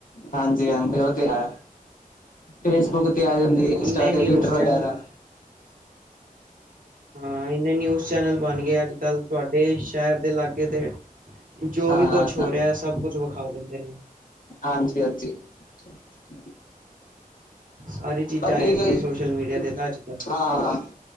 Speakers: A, on the left; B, on the right.
A: ਹਾਂਜੀ ਹਾਂਜੀ ਉਹ ਤੇ ਹੈ, ਫੇਸਬੁੱਕ ਤੇ ਆ ਜਾਂਦੀ ਇੰਸਟਾ
B: ਇੰਨੇ
A: ਤੇ,
B: ਨਿਊਜ਼
A: ਟਵਿਟਰ
B: ਚੈਨਲ
A: ਵਗੈਰਾ।
B: ਹਾਂ ਇੰਨੇ ਨਿਊਜ਼ ਚੈਨਲ ਬਣ ਗਏ ਅੱਜ ਕੱਲ੍ਹ ਤੁਹਾਡੇ ਸ਼ਹਿਰ ਦੇ ਲਾਗੇ ਤੇ, ਜੋ
A: ਹਾਂ
B: ਵੀ ਕੁਛ ਹੋ ਰਿਹਾ, ਸਭ ਕੁਛ ਵਿਖਾ ਦਿੰਦੇ ਨੇ।
A: ਹਾਂਜੀ ਹਾਂਜੀ ਚ <unintelligible>
B: ਸਾਰੀ ਚੀਜ਼ਾਂ
A: ਬਾਕੀ
B: ਆ ਜਾਂਦੀ
A: ਗਲ
B: ਹੈ ਸੋਸ਼ਲ
A: ਕੀ,
B: ਮੀਡੀਆ ਤੇ ਤਾਂ ਅੱਜ ਕੱਲ੍ਹ
A: ਹਾਂ,